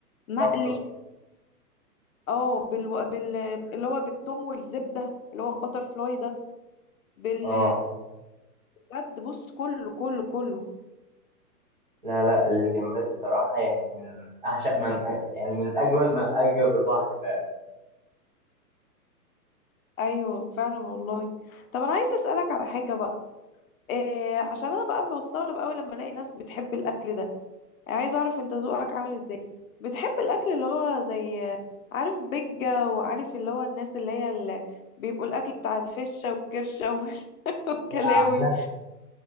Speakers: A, on the left; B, on the right.
A: مقلي
B: صح
A: اه بال... بال اللي هو بالثوم والزبدة اللي هو البتر فلاي ده بال
B: اه
A: بجد بص كله كله كله
B: لا لا الجمبري بصراحة يعني من أعشق من يعني من أجمل من أعجب البحر فعلا
A: ايوه فعلا والله طب انا عايز اسالك على حاجة بقى إيه عشان انا بقى بستغرب قوي لما الاقي ناس بتحب الاكل ده يعني عايز اعرف انت ذوقك عامل ازاي بتحب الاكل اللي هو زي عارف بيجة وعارف اللي هو الناس اللي هي اللي بيبقوا الاكل بتاع الفشة والكرشة <laughs> والكلاوي
B: يعني لا